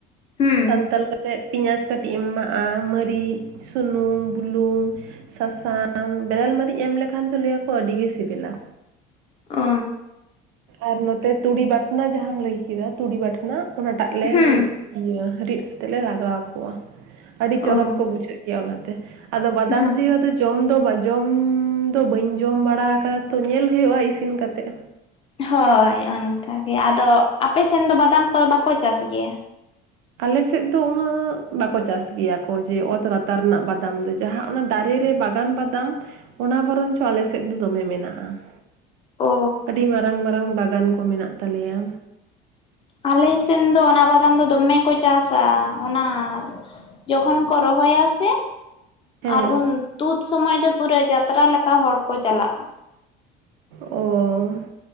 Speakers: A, on the left; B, on the right.
A: ᱦᱩᱸ
B: ᱥᱟᱱᱛᱟᱞ ᱠᱟᱛᱮᱫ ᱯᱮᱸᱭᱟᱡᱽ ᱠᱟᱹᱴᱤᱡ ᱮᱢ ᱮᱢᱟᱜᱼᱟ, ᱢᱟᱹᱨᱤᱪ ᱥᱩᱱᱩᱢ ᱵᱩᱞᱩᱸᱝᱼᱼ ᱥᱟᱥᱟᱝ ᱵᱮᱨᱮᱞ ᱢᱟᱹᱨᱤᱪ ᱮᱢ ᱞᱮᱠᱷᱟᱱ ᱫᱚ ᱞᱟᱹᱭᱟᱠᱚ ᱟᱹᱰᱤ ᱜᱮ ᱥᱮᱵᱤᱞᱟ᱾
A: ᱚ
B: ᱟᱨ ᱱᱚᱛᱮ ᱛᱩᱲᱤ ᱵᱟᱴᱱᱟ ᱡᱟᱦᱟᱸᱢ ᱞᱟᱹᱭ ᱠᱮᱫᱟ ᱛᱩᱲᱤ ᱵᱟᱴᱱᱟᱼᱼ ᱚᱱᱟᱴᱟᱜ ᱞᱮ
A: ᱦᱩᱸ
B: ᱤᱭᱟᱹ ᱨᱤᱫ ᱠᱟᱛᱮ ᱞᱮ ᱞᱟᱜᱟᱣ ᱟᱠᱚᱣᱟ, ᱟᱹᱰᱤ
A: ᱚ
B: ᱪᱚᱨᱚᱠ ᱠᱚ ᱵᱩᱡᱷᱟᱹᱜᱼᱼ ᱚᱱᱟᱛᱮ ᱟᱫᱚ ᱵᱟᱫᱟᱢ
A: ᱦᱚᱸ
B: ᱫᱤᱭᱟ ᱫᱚᱼᱼ ᱡᱚᱢ ᱫᱚ ᱵᱟᱸᱧ ᱡᱚᱢ ᱫᱚ ᱵᱟᱹᱧ ᱡᱚᱢ ᱵᱟᱲᱟ ᱟᱠᱟᱫᱟ ᱛᱚ, ᱧᱮᱞ ᱦᱩᱭᱩᱜᱼᱟ ᱤᱥᱤᱱ ᱠᱟᱛᱮ᱾
A: ᱦᱚᱭ ᱚᱱᱠᱟᱜᱮ, ᱟᱫᱚ ᱟᱯᱮᱥᱮᱱ ᱫᱚ ᱵᱟᱫᱟᱢ ᱠᱚᱫᱚ ᱵᱟᱠᱚ ᱪᱟᱥ ᱜᱮᱭᱟ?
B: ᱟᱞᱮᱥᱮᱫ ᱫᱚ ᱩᱱᱟᱹᱜ, ᱵᱟᱠᱚ ᱪᱟᱥ ᱜᱮᱭᱟ ᱠᱚ ᱡᱮ ᱚᱛ ᱨᱟᱛᱟᱨ ᱨᱮᱱᱟᱜ ᱵᱟᱫᱟᱢ ᱫᱚ᱾ ᱡᱟᱦᱟᱸ ᱚᱱᱟ ᱫᱟᱨᱮ ᱨᱮ ᱵᱟᱜᱟᱱ ᱵᱟᱫᱟᱢ, ᱚᱱᱟ ᱵᱚᱨᱚᱱ ᱪᱚ ᱟᱞᱮ ᱥᱮᱫ ᱫᱚ ᱫᱚᱢᱮ ᱢᱮᱱᱟᱜᱼᱟ ᱾
A: ᱚ
B: ᱟᱹᱰᱤ ᱢᱟᱨᱟᱝ ᱢᱟᱨᱟᱝ ᱵᱟᱜᱟᱱ ᱠᱚ ᱢᱮᱱᱟᱜ ᱛᱟᱞᱮᱭᱟ,
A: ᱟᱞᱮ ᱥᱮᱱ ᱫᱚ ᱚᱱᱟ ᱵᱟᱫᱟᱢ ᱫᱚ ᱫᱚᱢᱮ ᱠᱚ ᱪᱟᱥᱟ ᱚᱱᱟᱼᱼ ᱡᱚᱠᱷᱚᱸᱱ ᱠᱚ ᱨᱚᱦᱚᱭᱟ ᱥᱮᱼᱼ
B: ᱦᱮᱸ
A: ᱟᱨ ᱩᱱ ᱛᱩᱫ ᱥᱚᱢᱚᱭ ᱫᱚ ᱯᱩᱨᱟᱹ ᱡᱟᱛᱨᱟ ᱞᱮᱠᱟ ᱦᱚᱲᱠᱚ ᱪᱟᱞᱟᱜᱼᱟ ᱾
B: ᱚᱻ